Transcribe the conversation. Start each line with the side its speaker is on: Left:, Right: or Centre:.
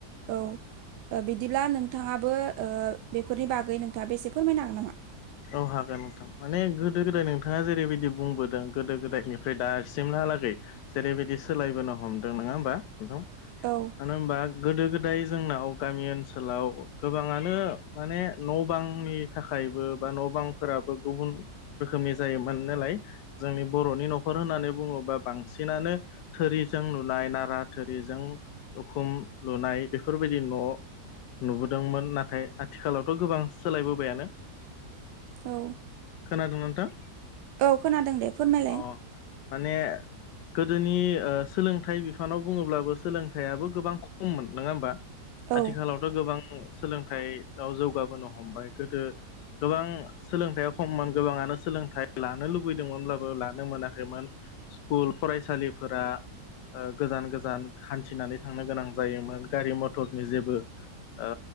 Right: औ बिदिब्ला नोंथाङाबो ओ बेफोरनि बागै नोंथाङा बेसे फोरमायनो हागोन नामा
Left: औ हागोन नोंथां माने गोदो गोदाय नोंथाङा जेरैबायदि बुंबोदों गोदो गोदायनिफ्राय दासिमहालागै जेरैबायदि सोलायबोनो हमदों नङा होमबा नोंथां
Right: औ
Left: मानो होनबा गोदो गोदाय जोंनाव गामि ओनसोलाव गोबाङानो माने न' बांनि थाखायबो बा न' बांफोराबो गुबुन रोखोमनि जायो मोन नालाय जोंनि बर'नि न'खर होननानै बुङोबा बांसिनानो थोरिजों लुनाय नारा थोरिजों उखुम लुनाय बेफोरबायदि न' नुबोदोंमोन नाथाय आथिखालावथ' गोबां सोलायबोबायानो
Right: औ
Left: खोनादों नोंथां
Right: औ खोनादों दे फोरमायलाय
Left: अ माने गोदोनि ओ सोलोंथाइ बिफानाव बुङोब्लाबो सोलोंथाइयाबो गोबां खममोन नङा होमबा
Right: औ
Left: आथिखालावथ' गोबां सोलोंथाइआव जौगाबोनो हमबाय गोदो गोबां सोलोंथायाइया खममोन गोबाङानो सोलोंथाइ लानो लुबैदोंमोनब्लाबो लानो मोनाखैमोन स्कुल फरायसालिफोरा गोजान गोजान हान्थिनानै थांनो गोनां जायोमोन गारि मथरनि जेबो ओ